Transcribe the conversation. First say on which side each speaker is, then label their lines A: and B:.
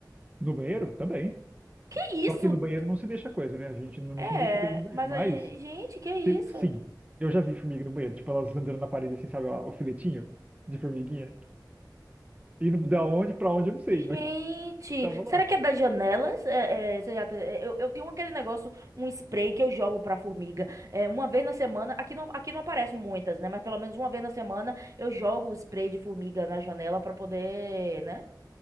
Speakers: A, on the right; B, on the right.
A: No banheiro, também.
B: Que isso?
A: Só que no banheiro não se deixa coisa, né? A gente normalmente
B: É,
A: não deixa coisa no banheiro.
B: mas
A: Mas
B: aí, gente, que isso?
A: Sim, sim, eu já vi formiga no banheiro, tipo, elas andando na parede assim, sabe, ó, o filetinho de formiguinha. E no-
B: Hum.
A: da onde pra onde eu não sei, mas
B: Gente,
A: <laughs> tava lá.
B: será que é das janelas? É, é, você já te- é, eu, eu tenho aquele negócio, um spray que eu jogo pra formiga. É, uma vez na semana, aqui não, aqui não aparecem muitas, né? Mas pelo menos uma vez na semana eu jogo o spray de formiga na janela pra poder, né?